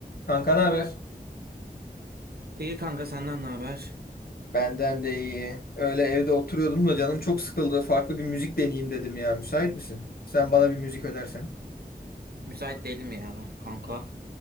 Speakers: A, on the left (about 75°); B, on the right (about 85°).
A: Kanka ne haber?
B: İyi kanka senden ne haber?
A: Benden de iyi. Öyle evde oturuyordum da canım çok sıkıldı. Farklı bir müzik deneyeyim dedim ya. Müsait misin? Sen bana bir müzik önersen.
B: Müsait değilim ya kanka.